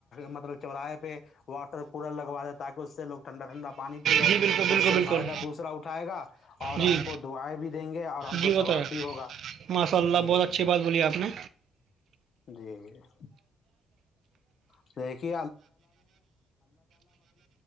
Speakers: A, on the left; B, on the right.
A: مطلب چوراہے پہ واٹر کولر لگوا د تاکہ اس سے لوگ ٹھنڈا ٹھنڈا <unintelligible> پانی پیئے
B: جی بالکل
A: اس
B: بالکل
A: سے
B: بالکل
A: فائدہ دوسرا اٹھائے گا اور
B: جی
A: ہم کو دعائیں بھی دیں گے اور ہم کو
B: جی
A: ثواب
B: وہ تو ہے
A: بھی ہوگا
B: ماشاء اللہ
A: جی
B: بہت اچھی بات بولی آپ نے
A: جی <unintelligible> <unintelligible> آئے